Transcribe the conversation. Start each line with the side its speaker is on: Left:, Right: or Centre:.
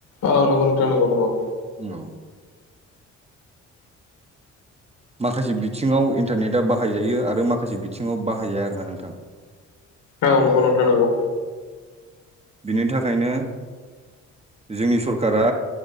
Left: औ नंगौ नोंथां नंगौ नंगौ
Right: औ माखासे बिथिङाव इन्टारनेटआ बाहायजायो आरो माखासे बिथिङाव बाहायजाया आरोना नोंथां
Left: औ नंगौ नोंथां नांगौ
Right: बिनि थाखायनो जोंनि सरकारा